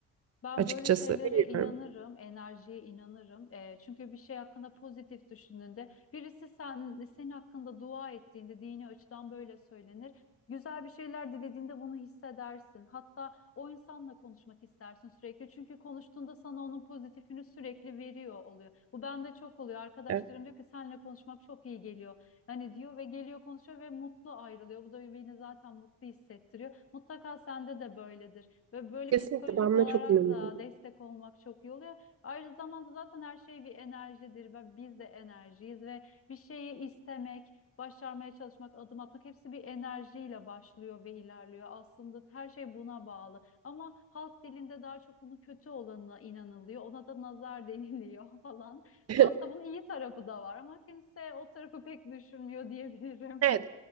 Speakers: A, on the left; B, on the right.
A: Ben
B: açıkçası.
A: böyle şeylere
B: Bilmiyorum.
A: inanırım, enerjiye inanırım. Eee, çünkü bir şey hakkında pozitif düşündüğünde, birisi sen, senin hakkında dua ettiğinde, dini açıdan böyle söylenir. Güzel bir şeyler dilediğinde bunu hissedersin. Hatta o insanla konuşmak istersin sürekli. Çünkü konuştuğunda sana onun pozitifini sürekli veriyor oluyor. Bu bende çok oluyor. Arkadaşlarım
B: Evet,
A: diyor ki seninle konuşmak çok iyi geliyor. Hani diyor ve geliyor konuşuyor ve mutlu ayrılıyor. Bu da beni zaten mutlu hissettiriyor. Mutlaka sende de böyledir. Ve böyle
B: Kesinlikle
A: psikolojik
B: ben buna
A: olarak
B: çok inanıyorum.
A: da destek olmak çok iyi oluyor. Ayrıca zamanda zaten her şey bir enerjidir ve biz de enerjiyiz ve bir şeyi istemek, başarmaya çalışmak, adım atmak hepsi bir enerjiyle başlıyor ve ilerliyor. Aslında her şey buna bağlı. Ama halk dilinde daha çok bunun kötü olanına inanılıyor. Ona da nazar deniliyor <laughs> falan.
B: <laughs>
A: Aslında bunun iyi tarafı da var ama kimse o tarafı pek düşünmüyor diyebilirim.
B: Evet